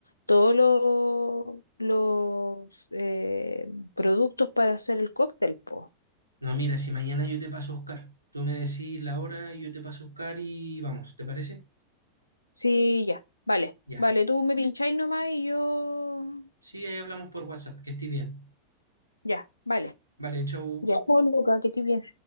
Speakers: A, on the left (about 80°); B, on the right (about 80°).
A: todos los, los eh, productos para hacer el cóctel, po.
B: No, mira, si mañana yo te paso a buscar, tú me decís la hora y yo te paso a buscar y vamos, ¿te parece?
A: Sí, ya. Vale,
B: Ya.
A: vale, tú me pincháis nomás y yo.
B: Sí, ahí hablamos por WhatsApp, que estés bien.
A: Ya, vale.
B: Vale, chau.
A: Ya, chao, Luca, que estoy bien.